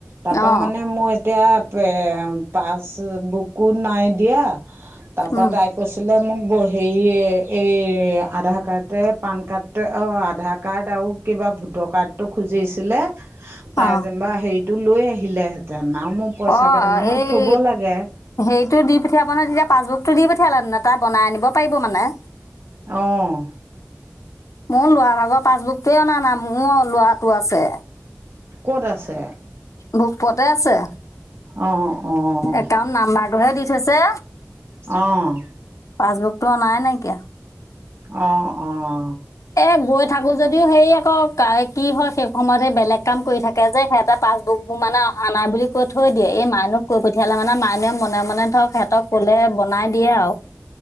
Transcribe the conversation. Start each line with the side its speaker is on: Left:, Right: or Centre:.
Right: তাৰপৰা
Left: অ
Right: মানে মোৰ এতিয়া, এ পাছ বুকো নাই দিয়া তাৰপৰা
Left: উম
Right: তাইক কৈছিলে মোক হেৰি এই, আধাৰ কাৰ্ডে, পান কাৰ্ডে অ', আধাৰ কাৰ্ড আৰু কিবা ভোটৰ কাৰ্ডটো খুজিছিলে। তাই
Left: অ
Right: যেনিবা হেৰিটো লৈ আহিলেহেঁতেন, আৰু মোৰ পইচা
Left: অ
Right: কেইটামানো
Left: এই
Right: থব লাগে।
Left: হেৰিটো দি পঠিয়াব ন, তেতিয়া পাছবুকতটো দি পঠিয়ালে নে নাই, তাই বনাই আনিব পাৰিব মানে।
Right: অ'।
Left: মোৰ লৰা ভাগৰ পাছবুকটোৱে অনা নাই, মোৰ ল'ৰাটো আছে।
Right: ক'ত আছে?
Left: গ্ৰুপতে আছে।
Right: অ', অ'।
Left: একাউন্ট নাম্বাৰটোহে দি থৈছে।
Right: অ'।
Left: পাছবুকতটো অনাই নাইকিয়া।
Right: অ', অ'।
Left: এ গৈ থাকো যদিও সেই আকৌ কি হয়, সেই সময়তহে বেলেগ কাম কৰি থাকে। তাকে যে সিহঁতে পাছুকবোৰ মানে অহা নাই বুলি কৈ থৈ দিয়ে, এই মাইনুক কৈ পঠিয়ালে, মানে মাইনুয়ে মনে মনে ধৰক ক'লে বনাই দিয়ে আৰু।